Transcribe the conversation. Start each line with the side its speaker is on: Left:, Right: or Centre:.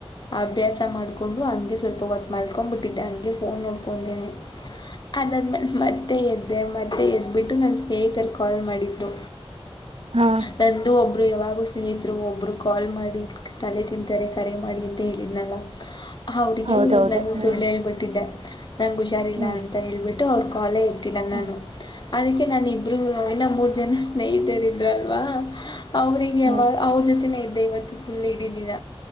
Left: ಅಭ್ಯಾಸ ಮಾಡಕೊಂಡು ಅಂದು ಸ್ವಲ್ಪ ಹೊತ್ತು ಮಲ್ತ್ಕೊಂಡ್ಬಿಟ್ಟಿದ್ದೆ ಹಂಗೆ ಫೋನ್ ನೋಡ್ಕೊಂಡೇನೆ ಅದಾದ್ಮೇಲೆ ಮತ್ತೆ ಎದ್ದೆ ಮತ್ತೆ ಎದ್ ಬಿಟ್ಟು ನನ್ ಸ್ನೇಹಿತರು ಕಾಲ್ ಮಾಡಿದ್ರು
Right: ಹಾ
Left: ನಂದು ಒಬ್. ಒಬ್ರು ಯಾವಾಗೂ ಸ್ನೇಹಿತರು ಒಬ್ರು ಕಾಲ್ ಮಾಡಿ ತಲೆ ತಿಂತಾರೆ ಕರೆ ಮಾಡಿ ಅಂತ ಹೇಳಿದ್ನಲ್ಲ ಅವರಿಗೆ
Right: ಹೌದೌದು
Left: ಇವತ್ತು ನಾನ್
Right: ಹ್ಮ್
Left: ಸುಳ್ಳು ಹೇಳ್ಬಿಟ್ಟಿದ್ದೆ ನಂಗ ಹುಷಾರಿಲ್ಲ
Right: ಹ್ಮ್
Left: ಅಂತ ಹೇಳ್ಬಿಟ್ಟು ಅವರು ಕಾಲೆ ರ <unintelligible> ನಾನು
Right: ಹ
Left: ಅದಕ್ಕೆ ನಾನ ಇಬ್ರು ಹಿನ ಮೂರ್ ಜನ ಸ್ನೇಹಿತರ ಇದ್ರಲ್ವಾ ಅವ್ರಿಗೆ
Right: ಹ್ಮ್
Left: ಯಾವಾಗ ಅವ್ರ ಜೊತೆನೇ ಇದ್ದೆ ಇವತ್ತು ಫುಲ್ ಇಡಿದಿನ.